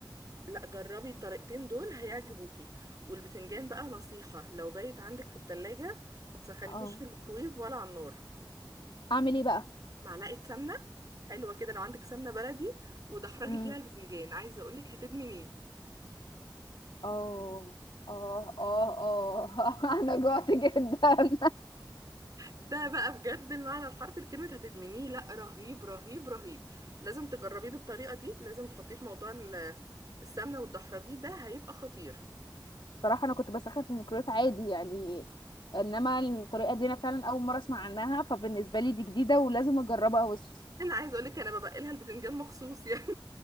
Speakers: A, on the right; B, on the left.
A: لا جربي الطريقتين دول هيعجبوكي والبتنجان بقى نصيحة لو بايت عندك في التلاجة ما تسخنيهوش
B: اه
A: في الميكرويف ولا على النار
B: اعمل ايه بقى
A: معلقة سمنة حلوة كده لو عندك سمنة بلدي ودحرجي
B: امم
A: فيها البتنجان عايزة اقولك هتدمنيه
B: اه اه اه اه <laughs> انا جوعت جدا
A: ده بقى بجد المعنى الحرفي لكلمة هتدمنيه لا رهيب رهيب رهيب لازم تجربيه بالطريقة دي لازم تحطيه في موضوع ال- السمنة والدحرجي ده هيبقى خطير
B: <laughs> صراحه انا كنت بسخن في الميكرويف عادي يعني انما الطريقه دي انا فعلا اول مره اسمع عنها فبالنسبه لي دي جديده ولازم اجربها وش
A: انا عايزة اقولك انا ببقلها البتنجان مخصوص <laughs> يعني